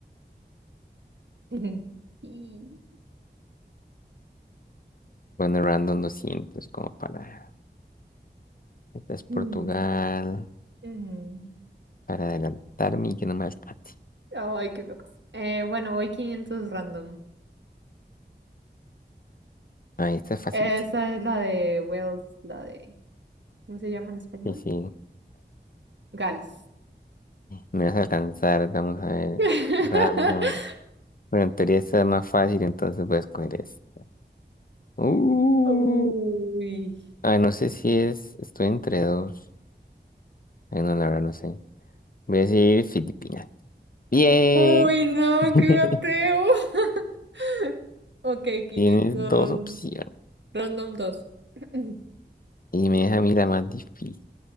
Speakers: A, on the right; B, on the left.
A: Ujú. Y...
B: Bueno, random doscientos como para... Esta es Portugal.
A: mm, mm.
B: Para adelantarme y que no me alcance.
A: Ay, qué locas. Eh, bueno, voy quinientos random.
B: Ah, esta es facilísima.
A: Esa es la de Wales, la de... ¿Cómo se llama en español?
B: Sí, sí,
A: Gales.
B: Me vas a alcanzar, vamos a ver.
A: <laughs>
B: Random. Bueno, en teoría está más fácil, entonces voy a escoger este. Uh,
A: Uy.
B: ah, no sé si es. Estoy entre dos. Ay, no, la verdad no sé. Voy a decir Filipinas. Bien.
A: Uy, no,
B: <laughs>
A: qué ateo. <laughs> Ok, 500
B: Tienes dos opciones.
A: random 2 <clears throat>
B: Y me deja a mí la más difícil.